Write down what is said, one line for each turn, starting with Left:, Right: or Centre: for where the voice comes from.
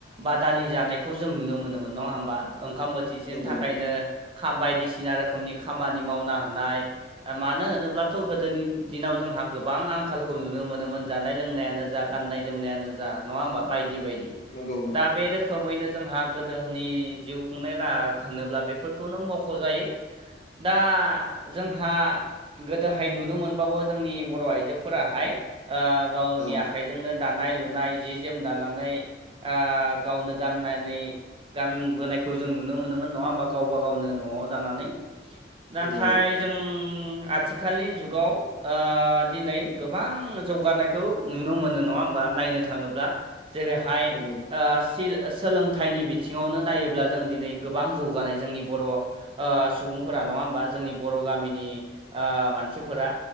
Right: बादालि जानायखौ जों नुनो मोनोमोन नङा होमबा ओंखाम बोथिसेनि
Left: नंगौ
Right: थाखायनो
Left: नंगौ
Right: खा- बायदिसिना रोखोमनि खामानि मावना होनाय मानो होनोब्लाथ' गोदोनि दिनाव जोंहा गोबां आंखालखौ नुनो मोनोमोन जानाय लोंनायानो जा गाननाय जोमनायानो जा नङा होमबा बायदि बायदि
Left: नंगौ नंगौ
Right: दा बे रोखोम रोखोमैनो जोंहा गोदोनि जिउ खुंनाय राहा होनोब्ला बेफोरखौनो मख'जायो। दा जोंहा गोदोहाय नुनो मोनबावो जोंनि बर' आइजोफोराहाय ओ गावनि
Left: औ
Right: आखाइजोंनो दानाय लुनाय जि जोम दानानै ओ गावनो गाननानै गानबोनायखौ जों नुनो मोनोमोन नङा होमबा गावबा गावनो न'आव दानानै। नाथाय
Left: नंगौ नंगौ
Right: जों आथिखालनि जुगाव ओ दिनै गोबां जौगानायखौ नुनो मोनो नङा होम बा नायनो थाङोब्ला जेरैहाय
Left: नंगौ
Right: ओ फिल सोलोंथाइनि बिथिङावनो नायोब्ला जों दिनै गोबां जौगानाय जोंनि बर' ओ सुबुंफोरा नङा होमबा जोंनि बर' गामिनि ओ मानसिफोरा